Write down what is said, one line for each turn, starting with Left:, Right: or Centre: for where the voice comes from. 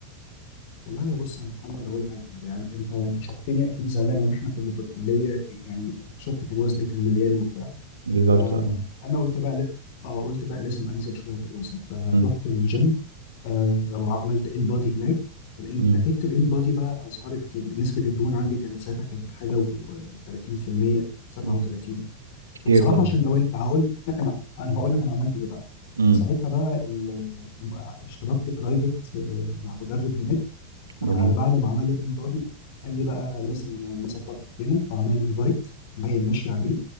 Left: والله يا بص يا محمد اقول لك على حاجه يعني انت انت شفتني اكيد زمان لما احنا كنا في الكليه يعني شفت كان وزني كان مليان وبتاع
Right: بالظبط
Left: فانا
Right: اه
Left: قلت بقى ل... اه قلت بقى لازم انزل شويه في الوزن فرحت
Right: أمم،
Left: الجيم آه وعملت ان بادي هناك فالإن-
Right: أمم،
Left: نتيجه الان بادي بقى اظهرت كان نسبه الدهون عندي كانت ساعتها كانت حاجه و30% 37
Right: أمم. كتير
Left: فبصراحه
Right: برضه
Left: عشان لو انت هقول لك انا انا هقول لك انا عملت ايه بقى
Right: أمم،
Left: ساعتها بقى ال- اشتركت برايفت مع مدرب هناك ع-
Right: جميل
Left: بعد ما عمل الان بودي قال لي بقى لازم نظبط اكلنا فعمل لي دايت باين ماشي عليه